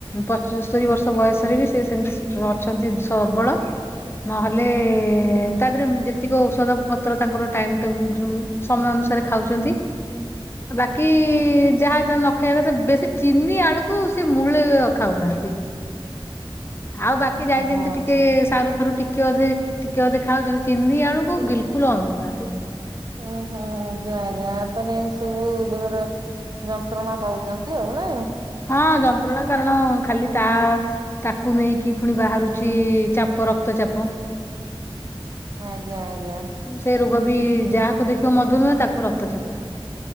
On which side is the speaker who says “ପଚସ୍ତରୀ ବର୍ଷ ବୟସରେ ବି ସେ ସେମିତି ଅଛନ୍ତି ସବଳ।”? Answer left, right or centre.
Left